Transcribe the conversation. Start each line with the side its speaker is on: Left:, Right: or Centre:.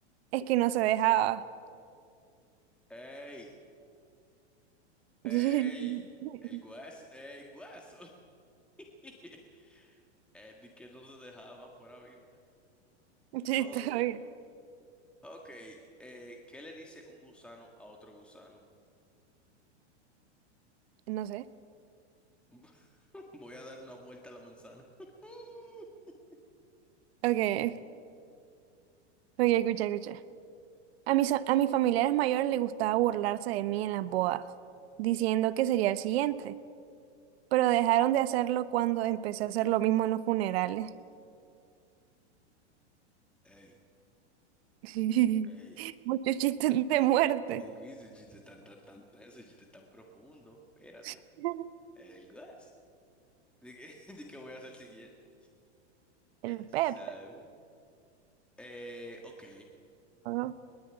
Right: es que no se dejaba.
Centre: ¡Ey! ¡Ey!
Right: <laughs>
Centre: El guaso, ey guaso. <laughs> El de que no se dejaba por viva.
Right: Sí,
Centre: Ok.
Right: está bien.
Centre: Ok. eh, ¿qué le dice un gusano a otro gusano?
Right: No sé.
Centre: <laughs> Voy a dar una vuelta a la manzana. <laughs>
Right: Ok, ok, escucha, escucha. A mis, a mis familiares mayores les gustaba burlarse de mí en las bodas, diciendo que sería el siguiente, pero dejaron de hacerlo cuando empecé a hacer lo mismo en los funerales.
Centre: ¡Ey!
Right: <laughs>
Centre: ¡Ey!
Right: Muchos chistes de muerte.
Centre: ¡Ey, Luis! Ese chiste tan, tan, tan, tan- ese chiste tan profundo. Espérate.
Right: <laughs>
Centre: El guas. de que, <laughs> de que voy a hacer el siguiente.
Right: El
Centre: Ya tú
Right: Pepe,
Centre: sabes. Eh, ok.
Right: ¿no?